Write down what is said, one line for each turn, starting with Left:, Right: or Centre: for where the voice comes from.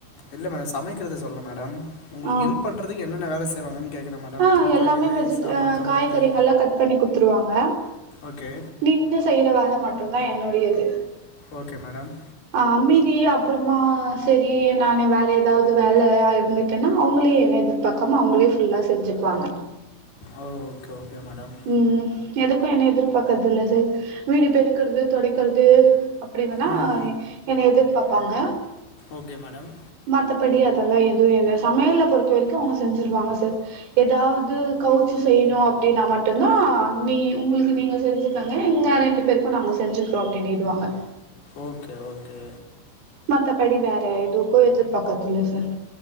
Left: இல்ல மேடம் சமைக்கிறது சொல்லல மேடம் உங்களுக்கு
Right: ஆ
Left: ஹெல்ப் பண்றதுக்கு என்னென்ன வேலை செய் செய்வாங்கனு கேக்கறேன் மேடம்
Right: ஆ
Left: துணி
Right: எல்லாமே
Left: துவைக்கிறது
Right: வெஜிட்
Left: சாமான்
Right: ஆ
Left: கழுவுறது
Right: காய்கறிங்கல்லா கட் பண்ணி குடுத்துருவாங்க
Left: ஓகே
Right: நின்னு செய்யிற வேலை மட்டும் தான் என்னுடையது
Left: ஓகே மேடம்
Right: அ அம்மீதி அப்பறமா சேரி நானே வேற ஏதாவது வேலையா இருந்து ட்டனா அவங்களே என்ன எதிர்பாக்காம அவங்களே ஃபுல்லா செஞ்சுக்குவாங்க
Left: ஓ ஓகே ஓகே மேடம்
Right: ம் ம்‌ எதுக்கும் என்னை எதிர்பாக்குறதில்ல சார் வீடு பெருக்குறது தொடைக்கிறது அப்டி வேணா
Left: ம்
Right: என்ன எதிர்பாப்பாங்க
Left: ஓகே மேடம்
Right: மத்தபடி அதெல்லா எதுவும் என்ன சமையல பொறுத்த வரைக்கும் அவங்க செஞ்சிருவாங்க சார் ஏதாவது கவுச்சு செய்யணும் அப்டின்னா மட் மட்டுந்தா நீ உங்களுக்கு நீங்க செஞ்சுக்கங்க இங்க ரெண்டு பேருக்கும் நாங்க செஞ்சுக்கிறோ அப்டின் நீடுவாங்க
Left: ஓகே ஓகே
Right: மத்தபடி வேற எதுக்கும் எதிர்பாக்கறது இல்ல சார்